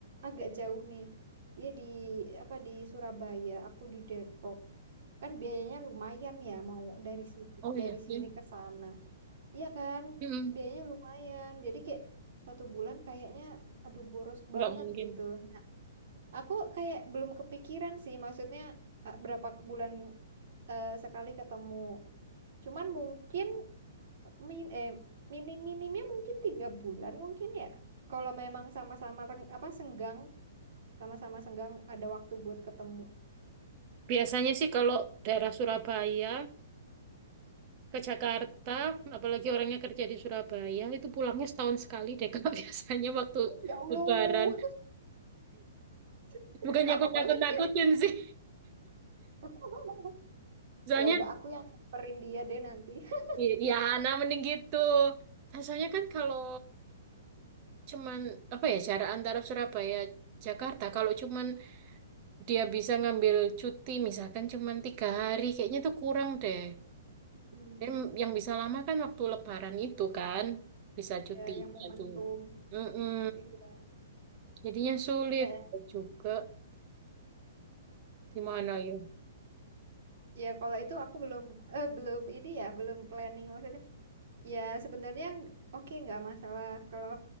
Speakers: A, on the right; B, on the right.
A: agak jauh nih. Dia di apa di Surabaya, aku di Depok. Kan biayanya lumayan ya mau dari si-
B: Oh iya
A: dari
B: sih.
A: sini ke sana. Iya kan?
B: Mm-mm.
A: Biayanya lumayan. Jadi kayak satu bulan kayaknya aduh boros
B: Nggak
A: banget
B: mungkin.
A: gitu. Nah, aku kayak belum kepikiran sih maksudnya eh, berapa bulan eh, sekali ketemu. Cuman mungkin min eh minim-minimnya mungkin tiga bulan mungkin ya. Kalau memang sama-sama reng- apa senggang, sama-sama senggang ada waktu buat ketemu.
B: Biasanya sih kalau daerah Surabaya ke Jakarta, apalagi orangnya kerja di Surabaya, itu pulangnya setahun sekali deh Kak, <laughs> biasanya waktu
A: Ya Allah,
B: Lebaran.
A: <laughs>
B: Bukannya
A: lama
B: aku nakut-nakutin
A: banget ya.
B: sih.
A: <laughs>
B: <laughs> Soalnya,
A: Ya udah aku yang nyamperin dia deh nanti. <laughs>
B: i- ya nah mending gitu. Nah, Soalnya kan kalau cuman, apa ya, jarak antara Surabaya Jakarta, kalau cuman dia bisa ngambil cuti misalkan cuma tiga hari kayaknya itu kurang deh
A: Mm.
B: Dan yang bisa lama kan waktu lebaran itu kan bisa cuti
A: Ya yang momentum.
B: itu Mm-mm.
A: Iya.
B: jadinya sulit
A: Ya. Ya
B: juga gimana yuk
A: Ya, kalau itu aku belum eh belum ini ya, belum planning maksudnya. Ya sebenarnya ng- oke nggak masalah kalau